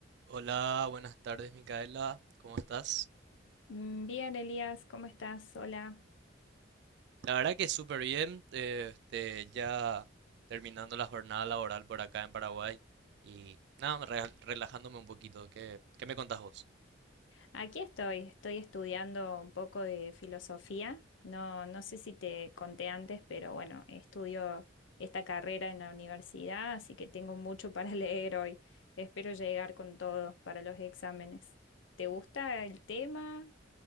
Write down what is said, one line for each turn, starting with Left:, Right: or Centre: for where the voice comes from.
Right: Hola, buenas tardes, Micaela. ¿Cómo estás?
Left: Mm, Bien, Elías, ¿cómo estás? Hola.
Right: La verdad que súper bien. eh, este, ya terminando la jornada laboral por acá en Paraguay. Y nada, re- relajándome un poquito. ¿Qué, qué me contás vos?
Left: Aquí estoy, estoy estudiando un poco de filosofía. No, no sé si te conté antes, pero bueno, estudio esta carrera en la universidad, así que tengo mucho para <laughs> leer hoy. Espero llegar con todo para los exámenes. ¿Te gusta el tema?